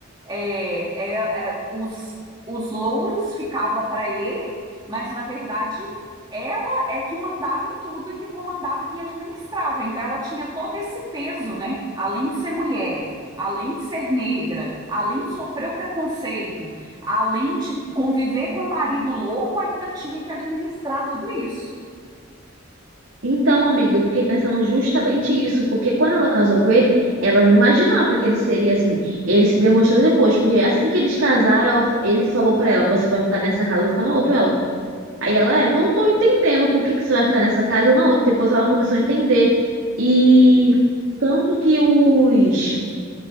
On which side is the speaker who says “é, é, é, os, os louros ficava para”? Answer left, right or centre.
Right